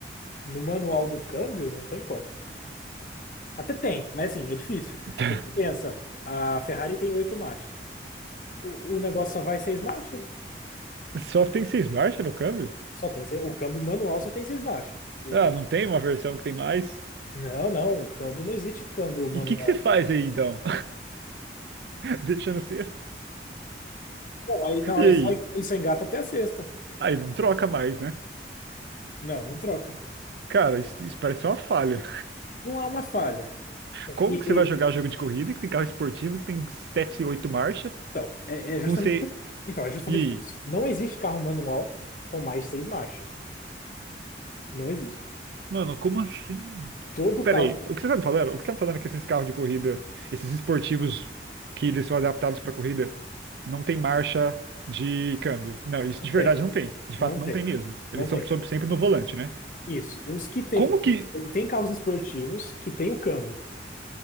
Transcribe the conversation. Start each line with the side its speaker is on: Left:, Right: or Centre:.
Left: No manual do câmbio, não tem como. Até tem, mas assim, é difícil.
Right: <laughs>
Left: Porque pensa, a Ferrari tem oito marchas. O, o negócio só vai seis marchas?
Right: Só tem seis marchas no câmbio?
Left: Só tem, se- o câmbio manual só tem seis marchas. O,
Right: Ah, não tem uma versão que tem mais?
Left: não, não, o câmbio não existe câmbio manual.
Right: E o que que você faz aí então? <laughs> Deixa no sexto?
Left: Não, aí, não,
Right: E
Left: ele
Right: aí?
Left: só, ele só engata até a sexta.
Right: Aí não troca mais, né?
Left: Não, não troca.
Right: Cara, isso, isso parece uma falha.
Left: Não é uma falha. É
Right: Como
Left: que,
Right: que você vai jogar jogo de corrida que tem carro esportivo que tem sete, oito marchas
Left: então, é, é justamente
Right: com você.
Left: por, então, é justamente
Right: E aí?
Left: por isso. Não existe carro manual com mais de seis marchas. Não existe.
Right: Mano, como assim?
Left: Todo
Right: Peraí,
Left: carro
Right: o que você tá me falando? O que você tá me falando é que esses carros de corrida, esses esportivos que eles são adaptados pra corrida, não tem marcha de câmbio. Não, isso
Left: não
Right: de
Left: tem.
Right: verdade não tem. De
Left: Não
Right: fato, não
Left: tem.
Right: tem mesmo.
Left: Não
Right: Eles
Left: tem.
Right: são sob- sempre no volante, né?
Left: Isso. Os que tem,
Right: Como que.
Left: tem carros esportivos que tem o câmbio.